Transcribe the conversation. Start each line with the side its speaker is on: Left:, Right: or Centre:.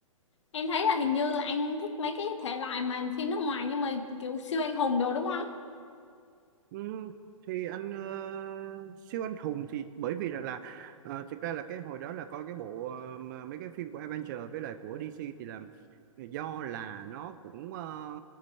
Left: em thấy là hình như là anh thích mấy cái thể loại mà phim nước ngoài nhưng mà kiểu siêu anh hùng đồ đúng không
Right: Ừm, thì anh ờ, siêu anh hùng thì bởi vì rằng là ờ, thực ra là cái hồi đó là coi cái bộ ờ, mà mấy cái phim của Avenger với lại của DC thì là do là nó cũng ờ,